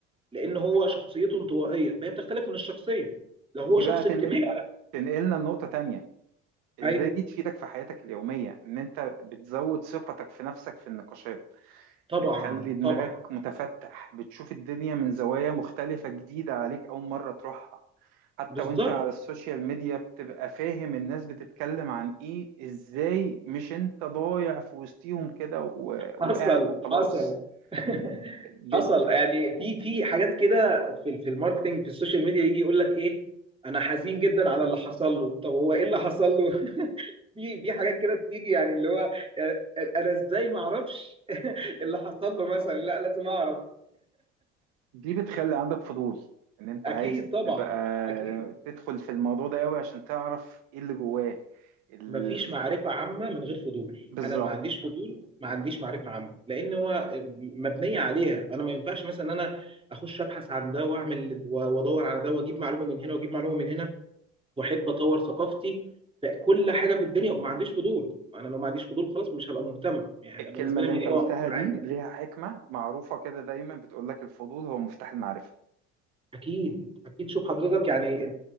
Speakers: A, on the right; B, on the right.
A: لان هو شخصيته انطوائيه فهي بتختلف من الشخصيه لو هو
B: دي
A: شخص
B: بقى تن-
A: اجتماعي
B: تنقلنا لنقطة تانية ازاي
A: ايوه
B: دي تفيدك في حياتك اليومية ان انت بتزود ثقتك في نفسك في النقاشات
A: طبعا
B: بتخلي دماغك
A: طبعا
B: متفتح بتشوف الدنيا من زوايا مختلفة جديدة عليك اول مرة تروحها حتى
A: بالظبط
B: وانت على السوشيال ميديا بتبقى فاهم الناس بتتكلم عن ايه ازاي مش انت ضايع في وسطيهم كده و- وقاعد
A: حصل
B: وخلاص
A: حصل <laughs>
B: بت...
A: حصل يعني في في حاجات كده في في الماركتنج في السوشيال ميديا يجي يقول لك ايه انا حزين جدا على اللي حصل له طب هو ايه اللي حصل له <laughs> في في حاجات كده بتيجي يعني اللي هو يعني انا ازاي ما اعرفش <laughs> اللي حصل له مثلا لا لازم اعرف
B: دي بتخلي عندك فضول ان انت
A: اكيد
B: عايز
A: طبعا
B: تبقى
A: اكيد
B: تدخل في الموضوع ده قوي عشان تعرف ايه اللي جواه الف...
A: مفيش معرفة عامة من غير فضول
B: بالظبط
A: أنا ما عنديش فضول ما عنديش معرفة عامة لأن هو مبنية عليها أنا ما ينفعش مثلا أنا أخش أبحث عن ده وأعمل وأدور على ده وأجيب معلومة من هنا وأجيب معلومة من هنا وأحب أطور ثقافتي في كل حاجة في الدنيا وما عنديش فضول أنا لو ما عنديش فضول خلاص مش هبقى مهتم يعني هيبقى
B: الكلمة
A: بالنسبة
B: اللي
A: لي الموضوع
B: انت قلتها دي
A: عادي
B: ليها حكمة معروفة كده دايما بتقول لك الفضول هو مفتاح المعرفة
A: أكيد أكيد شوف حضرتك يعني